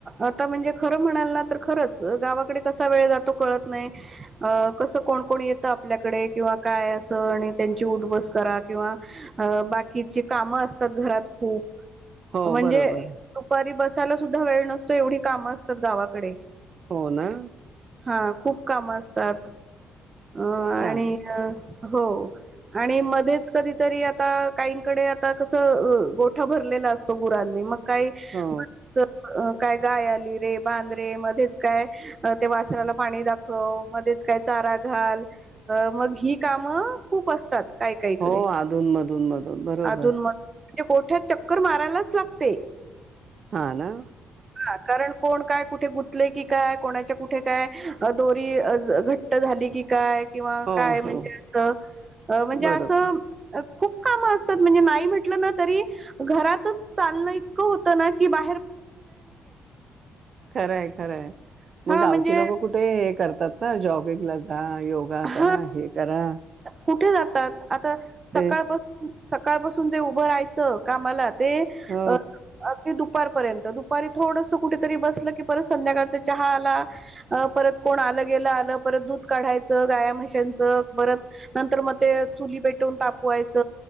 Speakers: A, on the right (about 30°); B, on the right (about 50°).
A: आता म्हणजे खरं म्हणाल ना तर खरंच गावाकडे कसा वेळ जातो कळत नाही कसं कोण कोण येतं आपल्याकडे किंवा काय असं आणि त्यांची उठबस करा किंवा बाकीची काम असतात घरात खूप
B: हो
A: म्हणजे
B: बरोबर
A: दुपारी बसायला सुद्धा वेळ नसतो एवढी कामं असतात गावाकडे
B: हो ना
A: हा खूप काम असतात अ आणि
B: छान
A: हो आणि मध्येच कधीतरी आता काहीकडे आता कसं गोठा भरलेलं म का
B: हो
A: काय गाय आली रे बांद रे मध्येच काय ते वासराला पाणी दाखव मध्येच काय चारा घाल अ मग ही कामं खूप असतात काय कायकडे
B: हो अधून मधून मधून बरोबर
A: अधून म म्हणजे मोठ्या चक्कर मारायलाच लागते
B: हा ना
A: हा कारण कोण काय कुठे गुंतले की काय कोणाच्या कुठे काय दोरी घट झा क काय किंवा
B: हो
A: काय म्हणजे
B: हो
A: अस म्हणजे
B: बरोबर
A: अस खूप का ण म्हट त घात इ होत बा
B: खरंय खरंय
A: हा
B: मग गावची
A: म्हणजे
B: लोक कुठे करतात ना जॉबिंगला जा योगा करा
A: हा
B: हे करा
A: कुठे जातात आता सकाळपासून
B: ते
A: सकाळपासून जे उभं राहायचं कामालात ते
B: हो
A: अ अगदी दुप दुपारपर्यंत दुपारी थोडस कुठेतरी बसलं की परत संध्याकाळचा चहा आला परत कोण आ गे आलं परत दूध काढायचं गाया म्हशनच परत नंतर मग ते चुली पेटवून तापवायच